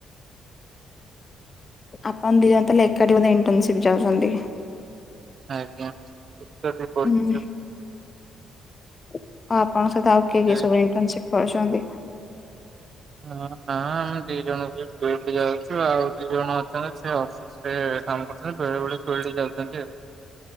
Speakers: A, on the left (about 35°); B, on the right (about 50°).
A: ଆପଣ ଦିଜଣ ତାହେଲେ ଏକାଠି ବୋଧେ ଇଣ୍ଟର୍ନସିପ ଯାଉଚନ୍ତି?
B: ଆଜ୍ଞା ଏକାଠି ପଢଚୁ।
A: ହୁଁ ଆଉ ଆପଣଙ୍କ ସହିତ ଆଉ କିଏ
B: ହଁ
A: କିଏ ସବୁ ଇଣ୍ଟର୍ନସିପ କରୁଛନ୍ତି?
B: ହଁ ନାଁ ଆମେ ଦିଜଣ ଯୋଉଠି ଯାଉ। ଚୁ ଆଉ ଦିଜଣ ଅଛନ୍ତି ସେ ଅଫିସରେ କାମ କରୁଛନ୍ତି ବେଳେ ବେଳେ <unintelligible> ଅଛନ୍ତି ଆ।